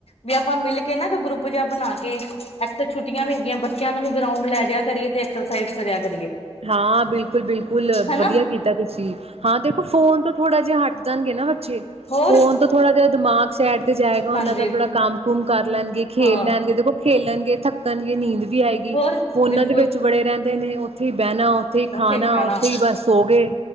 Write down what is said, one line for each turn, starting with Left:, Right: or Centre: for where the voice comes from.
Left: ਵੀ ਆਪਾਂ ਮਿਲ ਕੇ ਨਾ ਕੋਈ ਗਰੁੱਪ ਜਿਹਾ ਬਣਾ ਕੇ ਅਕਸ ਛੁੱਟੀਆਂ ਵੀ ਹੈਗੀਆਂ ਬੱਚਿਆਂ ਨੂੰ ਵੀ ਗਰਾਉਂਡ ਲੈ ਜਾ ਕਰੀਏ। ਤੇ ਐਕਸਰਸਾਈਜ਼ ਕਰਿਆ ਕਰੀਏ।
Right: ਹਾਂ ਬਿਲਕੁਲ ਬਿਲਕੁਲ
Left: ਹਨਾ
Right: ਵਧੀਆ ਕੀਤਾ ਤੁਸੀਂ ਹਾਂ ਦੇਖੋ ਫੋਨ ਤੋਂ ਥੋੜ੍ਹਾ ਜਿਹਾ ਹਟ ਜਾਣਗੇ ਨਾ ਬੱਚੇ
Left: ਹੋਰ
Right: ਫੋਨ ਤੋਂ ਥੋੜ੍ਹਾ ਜਿਹਾ ਦਿਮਾਗ <unintelligible> ਤੇ ਜਾਏਗਾ ਉਹਨਾਂ
Left: ਹਾਂਜੀ
Right: ਦਾ ਥੋੜਾ ਕੰਮ ਕੁਮ ਕਰ ਲੈਣਗੇ ਖੇਲ
Left: ਹਾਂ
Right: ਲੈਣਗੇ ਦੇਖੋ ਖੇਲਣਗੇ ਥੱਕਣਗੇ ਨੀਂਦ ਵੀ ਆਏਗੀ
Left: ਹੋਰ
Right: ਫੋਨਾਂ
Left: ਬਿਲਕੁਲ
Right: ਦੇ ਵਿੱਚ ਵੜੇ ਰਹਿੰਦੇ ਨੇ ਹੀ ਬਹਿਣਾ
Left: ਉੱਥੇ
Right: ਖਾਣਾ
Left: ਹੀ ਬਹਿਣਾ
Right: ਹੀ ਬਸ ਸੋ ਗਏ